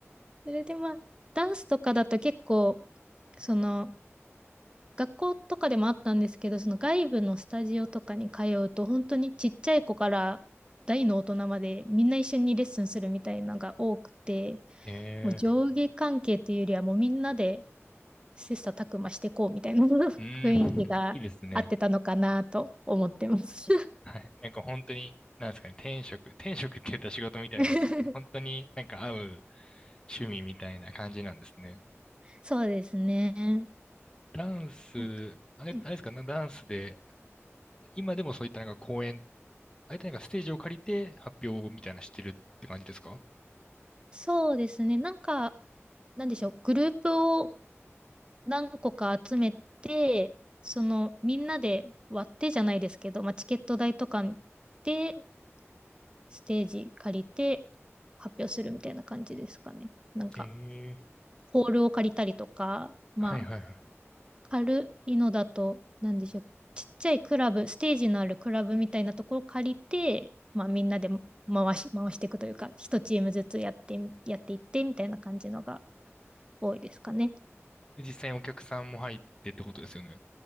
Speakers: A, on the right; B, on the left.
A: それでまあ、ダンスとかだと結構、その、学校とかでもあったんですけど、その外部のスタジオとかに通うと、本当にちっちゃい子から大の大人までみんな一緒にレッスンするみたいなのが多くて、
B: え
A: もう上下関係というよりはもうみんなで切磋琢磨していこうみたいな <laughs>
B: ー、
A: 雰囲気が合ってたのかなと思ってます。
B: うーん、<laughs> いいですね。はい。なんか本当に、なんですかね、天職、天職って言ったら仕事みたいですけど、
A: <laughs>
B: 本当になんか合う趣味みたいな感じなんですね。
A: そうですね。
B: ダンス、
A: なんか、
B: あれ、
A: はい
B: あれですかね、ダンスで、今でもそういったなんか公演、あえてなんかステージを借りて発表みたいなのしてるって感じですか
A: そうですね。なんか、なんでしょう。グループを何個か集めて、その、みんなで割ってじゃないですけど、まあ、チケット代とかで、ステージ借りて発表するみたいな感じですかね。なんか、
B: ええ
A: ホールを借りたりとか、まあ、
B: ーはいはいはい。
A: 軽いのだと、なんでしょう。ちっちゃいクラブ、ステージのあるクラブみたいなところを借りて、まあみんなで回し、回していくというか、一チームずつやってやっていってみたいな感じのが多いですかね。
B: で実際にお客さんも入ってってことですよね。い